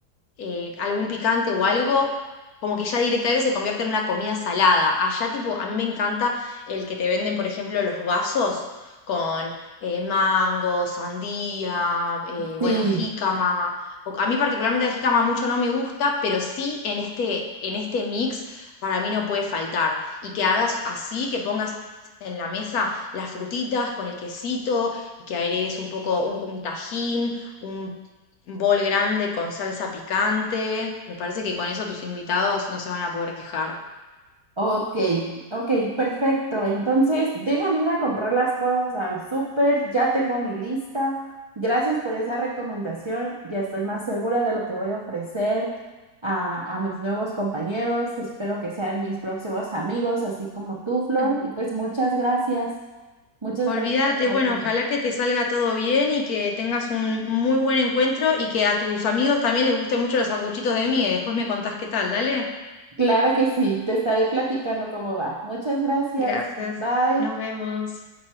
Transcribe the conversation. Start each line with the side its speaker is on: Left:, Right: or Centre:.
Left: eh, algún picante o algo, como que ya directamente se convierte en una comida salada. Allá, tipo, a mí me encanta el que te venden, por ejemplo, los vasos con eh, mango, sandía, eh,
Right: Sí,
Left: bueno, jícama. O- a mí particularmente la jícama mucho no me gusta, pero sí en este, en este mix para mí no puede faltar. Y que hagas así, que pongas en la mesa las frutitas con el quesito y que agregues un poco un, un tajín, un bol grande con salsa picante. Me parece que con eso tus invitados no se van a poder quejar.
Right: Ok, ok, perfecto. Entonces, déjame ir a comprar las cosas al súper, ya tengo mi lista. Gracias por esa recomendación, ya estoy más segura de lo que voy a ofrecer a, a mis nuevos compañeros. Espero que sean mis próximos amigos, así como tú, Flor.
Left: Mm.
Right: Y pues muchas gracias, muchas
Left: Olvídate,
Right: gracias por esa recomendación.
Left: bueno, ojalá que te salga todo bien y que tengas un muy buen encuentro y que a tus amigos también les gusten mucho los sanguchitos de miga y después me contás qué tal, dale.
Right: Claro que sí, te estaré platicando cómo va. Muchas gracias,
Left: Gracias,
Right: bye.
Left: nos vemos.